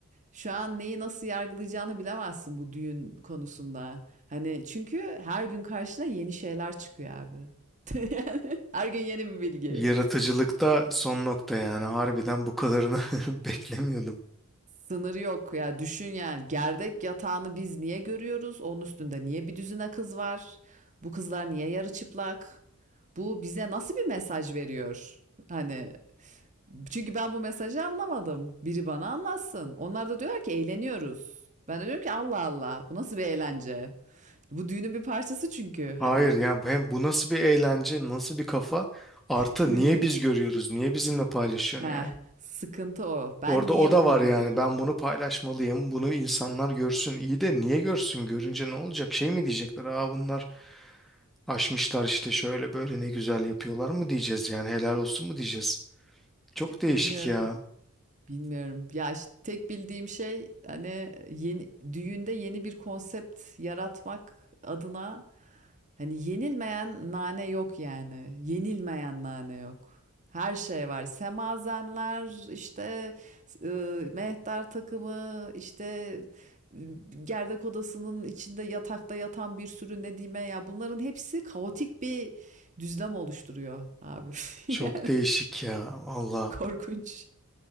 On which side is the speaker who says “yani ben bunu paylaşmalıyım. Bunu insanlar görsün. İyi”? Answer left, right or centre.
Centre